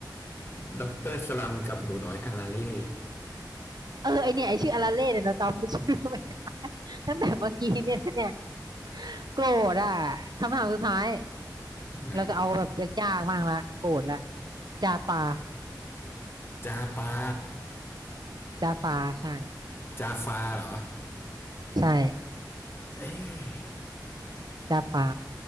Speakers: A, on the left; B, on the right.
A: ด็อกเตอร์สลัมกับหนูน้อยอาราเล่ <laughs>
B: เออไอเนี่ยไอชื่ออาราเล่เนี่ยเราจำไม่ชื่อไม่ได้ <laughs> ตั้งแต่เมื่อกี้เนี่ยนะเนี่ยโกรธอ่ะคำถามสุดท้าย
A: มา
B: เราจะเอาแบบยากๆบ้างละโกรธละจาฟา
A: จาปา
B: จาฟาใช่
A: จาฟาเหรอ
B: ใช่
A: เอ๊ะ
B: จาฟา